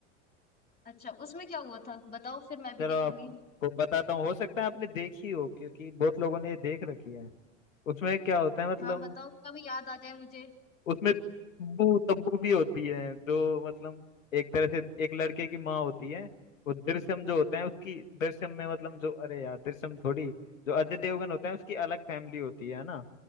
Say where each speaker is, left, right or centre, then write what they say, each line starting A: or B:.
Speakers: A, on the left (about 25°); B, on the left (about 80°).
A: अच्छा उसमें क्या हुआ था बताओ फिर मैं भी
B: चलो
A: देखूंगी
B: आपको बताता हूँ हो सकता है आपने देखी हो क्योंकि बहुत लोगों ने ये देख रखी है उसमें क्या होता है मतलब
A: हाँ बताओ कभी याद आ जाए मुझे
B: उसमें तब्बू तब्बू भी होती है जो मतलब एक तरह से एक लड़के की माँ होती है वो दृश्यम जो होते हैं उसकी दृश्यम में मतलब जो अरे यार दृश्यम थोड़ी जो अजय देवगन होता है उसकी अलग फैमिली होती है ना